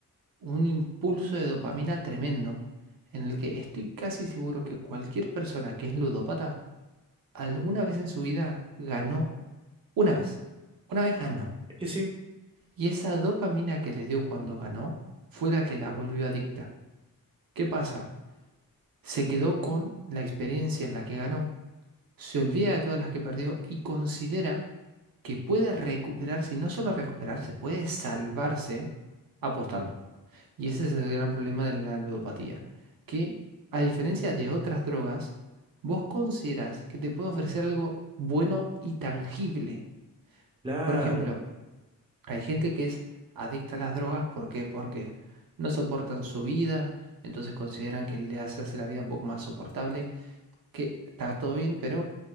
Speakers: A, on the right; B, on the right.
A: un impulso de dopamina tremendo, en el que estoy casi seguro que cualquier persona que es ludópata alguna vez en su vida ganó una vez, una vez ganó,
B: Es que sí,
A: y esa dopamina que le dio cuando ganó fue la que la volvió adicta. ¿Qué pasa? Se quedó con la experiencia en la que ganó, se olvida de todas las que perdió y considera que puede recuperarse y no solo recuperarse, puede salvarse apostando. Y ese es el gran problema de la ludopatía, que a diferencia de otras drogas, vos consideras que te puede ofrecer algo bueno y tangible.
B: claro,
A: Por ejemplo, hay gente que es adicta a las drogas, ¿por qué? Porque no soportan su vida, entonces consideran que le hace, hace la vida un poco más soportable, que está todo bien, pero